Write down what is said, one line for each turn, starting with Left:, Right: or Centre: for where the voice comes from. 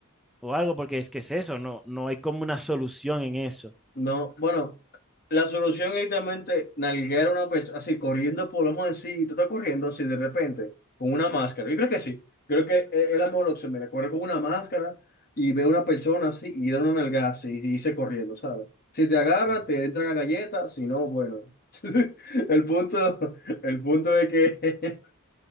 Centre: o algo, porque es que es eso, no, no hay como una solución en eso.
Left: No, bueno. La solución es directamente nalguear a una persona, así corriendo, podemos decir, tú estás corriendo así de repente, con una máscara. Yo creo que sí, creo que es, es la mejor opción. Mira, correr con una máscara y ve a una persona así y da una nalgada así y dice corriendo, ¿sabes? Si te agarran,
Centre: Ujú.
Left: te entran a galletas, si no, bueno. <laughs> El punto, el punto es que